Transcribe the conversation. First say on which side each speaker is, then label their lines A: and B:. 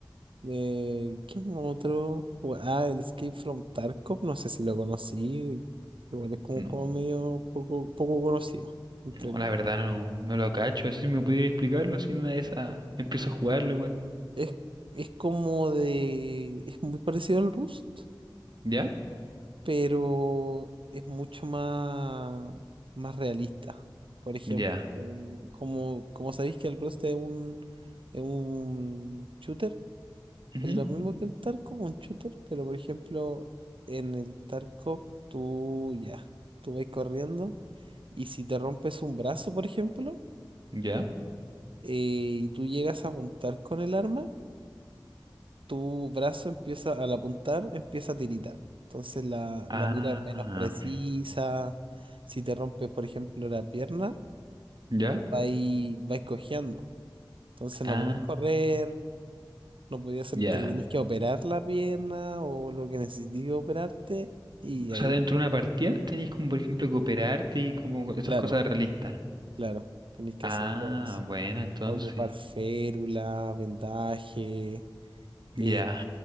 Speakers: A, on the right; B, on the right.
A: de ¿qué otro? jue- Ah, el Escape from Tarkov, no sé si lo conocí. Igual es como
B: No,
A: un juego medio poco, poco conocido. entre
B: no,
A: com-
B: la verdad no, no lo cacho. Así me pudiera explicarlo, así en una de esas empiezo a jugarlo igual.
A: es, es como de. Es muy parecido al Rust,
B: ¿Ya?
A: pero es mucho más, más realista. Por ejemplo,
B: Ya.
A: como, como sabéis que el Rust es un, es un shooter,
B: Ujú,
A: Es lo mismo que el Tarkov, un shooter, pero por ejemplo, en el Tarkov tú ya, tú vas corriendo y si te rompes un brazo, por ejemplo,
B: Ya.
A: eh, y tú llegas a apuntar con el arma, tu brazo empieza, al apuntar, empieza a tiritar. Entonces la,
B: Ah,
A: la mira es menos precisa. Si te rompes, por ejemplo, la pierna,
B: ya.
A: vais, vais cojeando. Entonces
B: Ah,
A: no podéis correr, No podías, te
B: ya.
A: tenías que operar la pierna o lo que necesites operarte. Y
B: O
A: ahí,
B: sea, dentro de una partida tenéis como, por ejemplo, cooperarte y como esas
A: claro,
B: cosas realistas.
A: claro, tenés que
B: Ah,
A: hacer todo eso.
B: bueno, entonces.
A: Ocupar férula, vendaje. eh,
B: Ya,